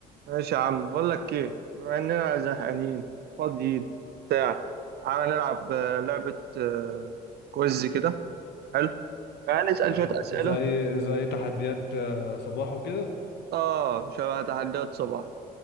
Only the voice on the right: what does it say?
ماشي يا عم بقول لك ايه بما اننا زهقانين فاضيين بتاع تعالى نلعب آه، لعبة آه، كويز كده حلو هنسأل
شوية أسئلة
اه شبه تحديات صباح